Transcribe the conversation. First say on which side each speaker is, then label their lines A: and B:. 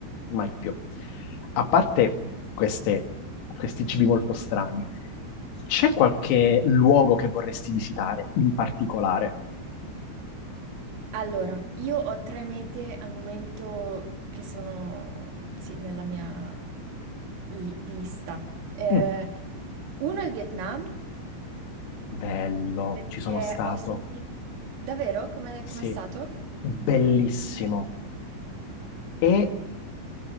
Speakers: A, on the left; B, on the right.
A: mai più. A parte queste- questi cibi molto strani, c'è qualche luogo che vorresti visitare in particolare?
B: Allora, io ho tre mete al momento che sono, sì, nella mia li- lista. Eh,
A: Mm,
B: uno è il Vietnam.
A: bello,
B: Perché
A: ci sono stato,
B: ho sentito... Davvero? Come
A: sì,
B: come è stato?
A: bellissimo. E